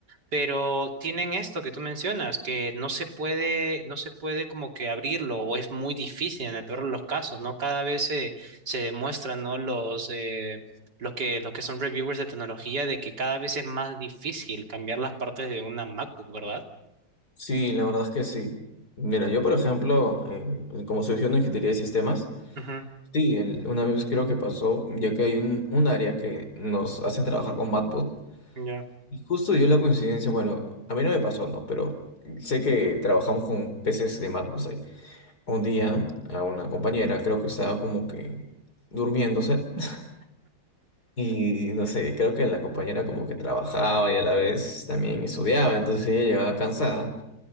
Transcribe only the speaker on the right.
Pero tienen esto que tú mencionas, que no se puede, no se puede como que abrirlo, o es muy difícil en el peor de los casos, ¿no? Cada vez se, se demuestran, ¿no? Los, eh, los que, los que son reviewers de tecnología, de que cada vez es más difícil cambiar las partes de una MacBook, ¿verdad?
Ujú,
ya.